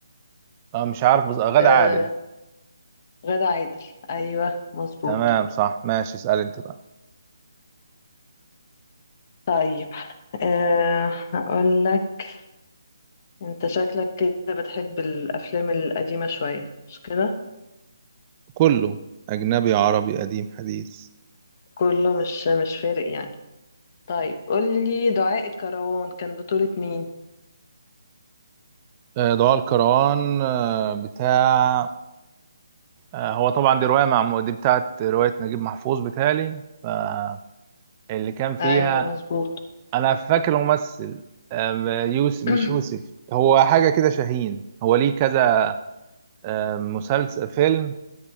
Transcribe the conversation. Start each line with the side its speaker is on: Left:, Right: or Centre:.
Right: أه مش عارف بس آه، غادة
Left: آه
Right: عادل
Left: غادة عادل أيوة مظبوط
Right: تمام صح ماشي اسأل انت بقى
Left: طيب آه هقول لك انت شكلك كده بتحب الأفلام القديمة شوية مش كده؟
Right: كله أجنبي عربي قديم حديث
Left: كله مش مش فارق يعني طيب قولي دعاء الكروان كان بطولة مين؟
Right: آه، ضوء الكروان آه، بتاع آه، هو طبعا دي رواية مع دي بتاعت رواية نجيب محفوظ بتالي فاللي كان فيها
Left: أيوة مظبوط
Right: انا فاكر الممثل أم، يوسف مش
Left: <clears throat>
Right: يوسف هو حاجه كده شاهين هو ليه كذا أم، مسلسل فيلم